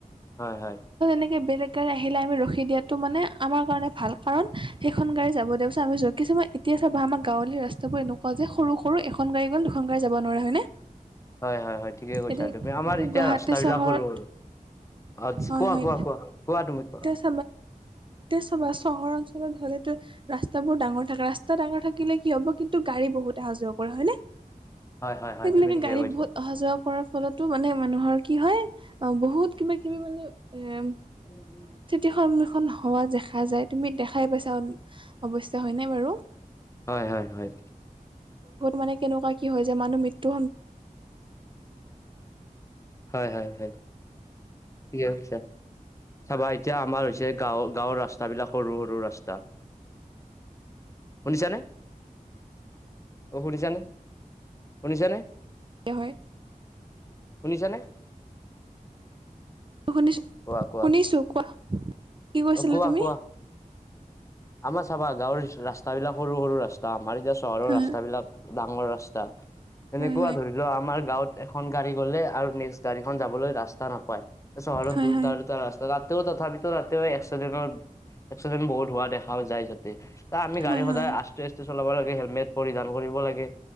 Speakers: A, on the left (about 20°); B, on the right (about 35°).
A: হয়-হয়।
B: তেনেকে বেলেগে আহিলে আমি ৰখি। ৰখি দিয়াটো মানে আমাৰ কাৰণে ভাল কাৰণ সেইখন গাড়ী যাব দিয়ক <unintelligible> আমি ৰখিছো মই এতিয়া চাবা হা আমাৰ গাঁৱলীয়া ৰাস্তাবোৰ এনেকুৱা যে সৰু-সৰু এখন গাড়ী গ'ল, দুখন গাড়ী যাব নোৱাৰা হয়নে?
A: হয়-হয়-হয় ঠিকে কৈছা
B: এতিয়া
A: আৰু তুমি আমাৰ এতিয়া
B: গুৱাহাটী
A: ৰাস্তাবিলাক
B: চহৰত
A: সৰু-সৰু। আচ্ছা
B: হয়
A: কোৱা-কোৱা-কোৱা
B: হয়
A: তুমি কোৱা?
B: এতিয়া চাবা চহৰ অঞ্চলত হ'লেতো ৰাস্তাবোৰ ডাঙৰ থাকে ৰাস্তা ডাঙৰ থাকিলে কি হ'ব কিন্তু গাড়ী বহুত অহা যোৱা কৰে হয়নে?
A: হয় হয় হয়
B: সেইবিলাকে
A: তুমি ঠিকে
B: গাড়ী
A: কৈছা
B: বহুত অহা যোৱা কৰাৰ ফলত টো মানে মানুহৰ কি হয় অ বহুত কিবা-কিবি মানে এ
A: উম।
B: এখন এখন সমাজ দেখা যায় তুমি দেখাই পাইছা অৱশ্যে হয়নে বাৰু?
A: হয় হয় হয়।
B: মানে কেনেকুৱা কি হয় যে মানুহ মৃত্যু
A: হয় হয় হয়। ঠিকে কৈছা চাবা এতিয়া আমাৰ হৈছে গাঁৱৰ গাঁৱৰ ৰাস্তা বিলাক সৰু সৰু ৰাস্তা সা <unintelligible> শুনিছানে? অঁ শুনিছানে-শুনিছানে?
B: হয়।
A: শুনিছানে?
B: শুনিছো-শুনিছো
A: কোৱা কোৱা
B: কোৱা? কি কৈছিলা
A: অ কোৱা-কোৱা
B: তুমি
A: আমাৰ চাবা গাঁৱৰ ৰাস্তাবিলাক সৰু-সৰু ৰাস্তা আমাৰ এতিয়া চহৰৰ
B: হয়
A: ৰাস্তাবিলাক ডাঙৰ ৰাস্তা এনেকুৱা
B: হয়
A: ধৰি লওক আমাৰ গাঁৱত এখন গাড়ী গ'লে আৰু নেক্সট গাড়ীখন যাবলৈ ৰাস্তা নাপায়, চহৰত
B: হয়
A: দুটা-দুটা
B: হয়
A: ৰাস্তা ৰাতিও তথাপিতো ৰাতিও এক্সিডেণ্টৰ এক্সিডেন্ট বহুত হোৱা দেখাও যায় যাতে। আমি
B: হয়
A: গাড়ী
B: হয়
A: সদায়
B: হয়
A: আস্তে আস্তে চলাব লাগে হেলমেট পৰিধান কৰিব লাগে